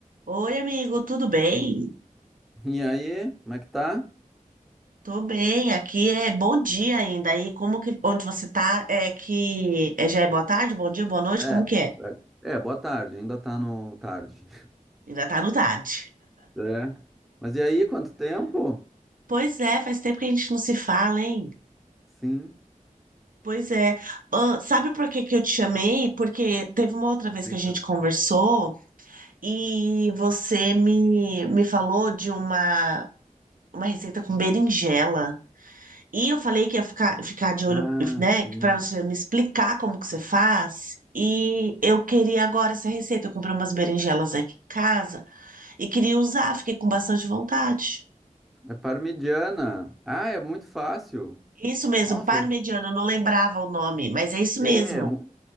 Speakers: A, on the right (about 75°); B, in the centre.
A: Oi, amigo, tudo bem?
B: E aí, como é que tá?
A: Tô bem, aqui é bom dia ainda. Aí, como que, onde você tá, é que é, já é boa tarde, bom dia, boa noite,
B: É,
A: como que é?
B: é, é, boa tarde, ainda tá no tarde.
A: Ainda tá no tarde.
B: É. Mas e aí, quanto tempo?
A: Pois é, faz tempo que a gente não se fala, hein?
B: Sim,
A: Pois é. Ah, sabe por que que eu te chamei? Porque teve uma outra vez
B: diga.
A: que a gente conversou e você me, me falou de uma, uma receita com berinjela. E eu falei que ia ficar, ficar de olho,
B: Ah,
A: né,
B: sim.
A: para você me explicar como que você faz. E eu queria agora essa receita. Eu comprei umas berinjelas aqui em casa e queria usar, fiquei com bastante vontade.
B: É parmigiana. Ah, é muito fácil.
A: Isso mesmo,
B: Nossa,
A: parmegiana,
B: é,
A: eu não lembrava o nome, mas é isso
B: é,
A: mesmo.
B: é mu-